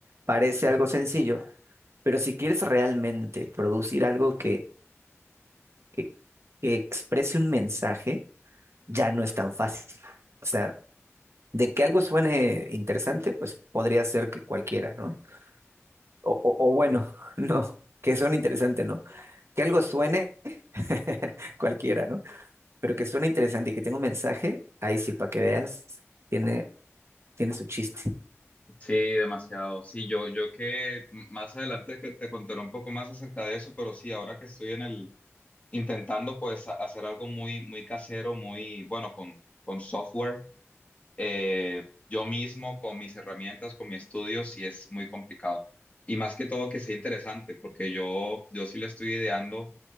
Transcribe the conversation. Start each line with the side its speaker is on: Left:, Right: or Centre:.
Right: parece algo sencillo, pero si quieres realmente producir algo que, que, que exprese un mensaje, ya no es tan fácil. O sea, De que algo suene interesante, pues podría ser que cualquiera, ¿no? O, o, o bueno, <laughs> no, que suene interesante, ¿no? Que algo suene <laughs> cualquiera, ¿no? Pero que suene interesante y que tenga un mensaje, ahí sí, para que veas, tiene, tiene su chiste.
Left: Sí, demasiado. Sí, yo, yo que m- más adelante que te contaré un poco más acerca de eso, pero sí, ahora que estoy en el intentando pues ha- hacer algo muy, muy casero, muy bueno con, con software. eh, yo mismo, con mis herramientas, con mi estudio, sí es muy complicado. Y más que todo que sea interesante, porque yo, yo sí le estoy ideando